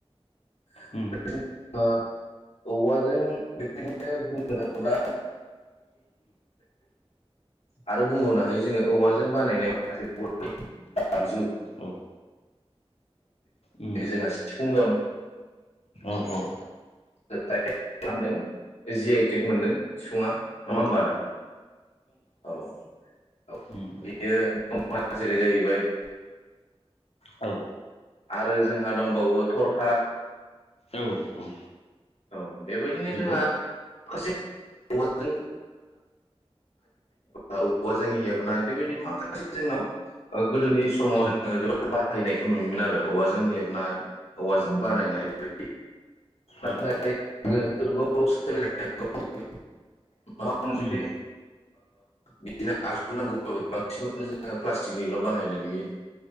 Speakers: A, on the left; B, on the left.
A: <unintelligible>
B: उम
A: औवाजों बेबायदिनो <unintelligible> आरो बुंबावनो हायो जोंङो औवाजों बानायनाय माखासे बर आगजु
B: औ उम
A: जोंहा सिफुं दाम
B: औ औ
A: <unintelligible> जि आइटेक मोनदों सिफुंङा नंङा
B: औ
A: होमबा
B: औ
A: आदा औ औ
B: उम
A: बियो थरखाया जेरै जाहैबाय
B: औ
A: आरो जोंहा दंबावो थरखा
B: औ औ
A: औ बेबायदिनो
B: नंगौ
A: जोंहा माखासे औवाजों औवाजों हेबनाय बेबायदि माखासे जोंनाव गोदोनि समाव
B: उम
A: जोङो जोबोद बाहायनायखौ नुयोमोन आरो औवाजों हेबनाय औवाजों बानायनाय बेबायदि नाथाय
B: औ
A: गोनोखु जुगाव <unintelligible> माबा मोनसे
B: उम
A: बिदिनो आजु नांगौब्ला जोङो प्लास्टिकनिल बाहायनाय नुयो